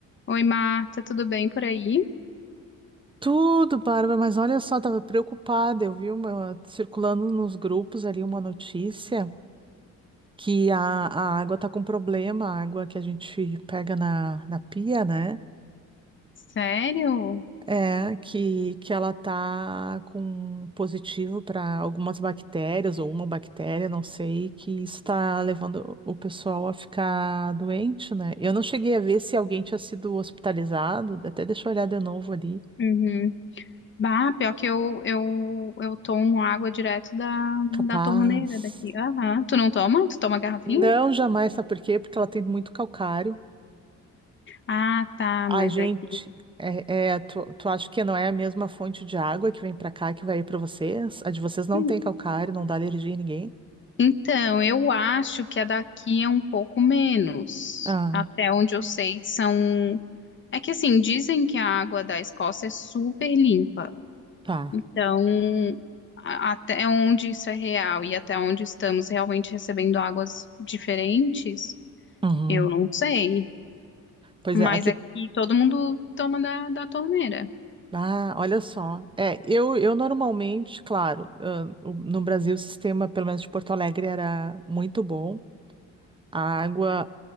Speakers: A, on the left (about 40°); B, on the right (about 15°).
A: Oi, Marta, tudo bem por aí?
B: Tudo, Bárbara, mas olha só, tava preocupada. Eu vi uma, circulando nos grupos ali uma notícia que a, a água tá com problema, a água que a gente pega na, na pia, né?
A: Sério?
B: É, que, que ela tá com positivo para algumas bactérias ou uma bactéria, não sei, que está levando o pessoal a ficar doente, né? Eu não cheguei a ver se alguém tinha sido hospitalizado, até deixa eu olhar de novo ali.
A: Uhum. Bah, pior que eu, eu, eu tomo água direto da,
B: Capaz.
A: da torneira daqui. Aham. Tu não toma? Tu toma garrafinha?
B: Não, jamais, sabe por quê? Porque ela tem muito calcário.
A: Ah, tá, mas
B: A gente,
A: é que.
B: é, é, tu, tu acha que não é a mesma fonte de água que vem pra cá que vai ir pra vocês? A de vocês não
A: Hum,
B: tem calcário, não dá alergia em ninguém?
A: Então, eu acho que a daqui é um pouco menos.
B: Ah,
A: Até onde eu sei, são. É que assim, dizem que a água da Escócia é super limpa.
B: tá.
A: Então, a- até onde isso é real e até onde estamos realmente recebendo águas diferentes,
B: Uhum.
A: eu não sei.
B: Pois
A: Mas
B: é, aqui.
A: aqui todo mundo toma da, da torneira.
B: Ah, olha só. É, eu, eu normalmente, claro, ah, o- no Brasil o sistema, pelo menos de Porto Alegre, era muito bom. A água,